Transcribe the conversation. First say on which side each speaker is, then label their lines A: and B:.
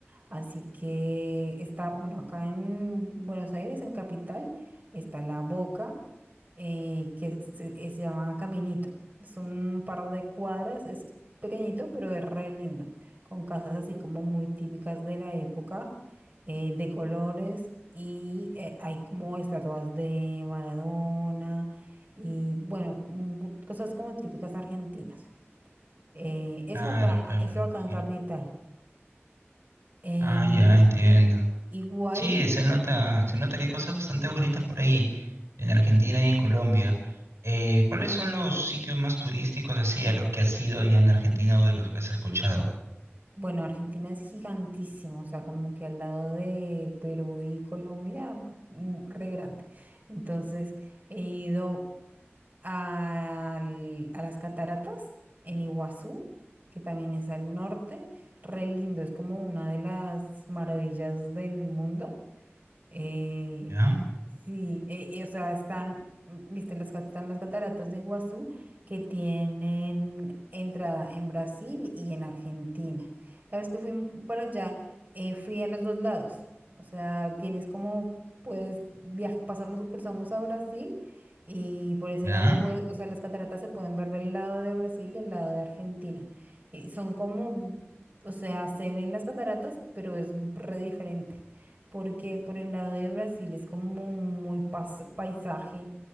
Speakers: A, on the right; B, on the right.
A: Así que está, bueno, acá en Buenos Aires, en Capital, está la Boca eh, que se, eh, se llama Caminito. Es un par de cuadras, es pequeñito, pero es re lindo, con casas así como muy típicas de la época, eh, de colores, y eh, hay como estatuas de Maradona y bueno, mm, cosas como típicas argentinas. Eh, eso
B: claro,
A: acá,
B: claro,
A: a- eso
B: lo imagino.
A: acá en Capital. Eh,
B: Ah, ya entiendo.
A: igual
B: Sí, se nota, se nota que hay cosas bastante bonitas por ahí, en Argentina y en Colombia. Eh, ¿cuáles son los sitios más turísticos así a los que has ido allá en Argentina o de los que has escuchado?
A: Bueno, Argentina es gigantísimo, o sea, como que al lado de Perú y Colombia, mm, re grande. Entonces, he ido al- a las cataratas en Iguazú, que también es al norte, re lindo, es como una de las maravillas del mundo. Eh,
B: ¿Ya?
A: sí, eh, y, o sea, están, mm, viste, las, ca- están las cataratas de Iguazú que tienen entrada en Brasil y en Argentina. La vez que fui m- para allá, eh, fui a los dos lados. O sea, tienes como, pues, viaj- pasamos, o cruzamos a Brasil y por ese
B: ¿Ya?
A: lado, pues, o sea, las cataratas se pueden ver del lado de Brasil y el lado de Argentina. Y son como, vi- o sea, se ven las cataratas, pero es re diferente porque por el lado de Brasil es como muy pas- paisaje,